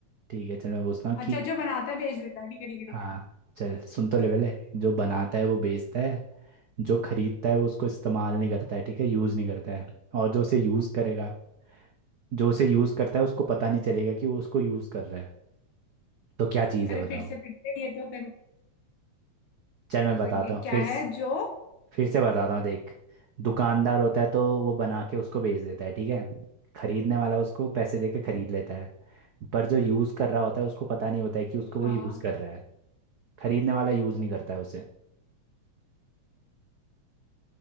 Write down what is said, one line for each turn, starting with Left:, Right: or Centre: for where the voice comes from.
Right: ठीक है चल मैं पूछता हूँ
Left: अच्छा
Right: कि
Left: जो बनाता है भेज देता है ठीक है ठीक है
Right: हाँ
Left: ठीक है
Right: चल सुन तो लेवल है जो बनाता है वो बेचता है जो खरीदता है वो उसको इस्तेमाल नहीं करता है ठीक है यूज़ नहीं करता है और जो उसे यूज़ करेगा जो उसे यूज करता है उसको पता नहीं चलेगा कि वो उसको यूज कर रहा है तो क्या चीज
Left: अरे
Right: है बताओ
Left: फिर से फिर से ये तो
Right: चल मैं
Left: कंफ्यूजिंग
Right: बताता
Left: है
Right: हूँ फिर
Left: क्या
Right: से-
Left: है जो
Right: फिर से बताता हूँ देख दुकानदार होता है तो वो बना के उसको बेच देता है ठीक है खरीदने वाला उसको पैसे दे के खरीद लेता है पर जो यूज कर रहा होता है उसको पता नहीं होता है कि उसको
Left: हाँ
Right: वो यूज कर रहा है खरीदने वाला यूज नहीं करता है उसे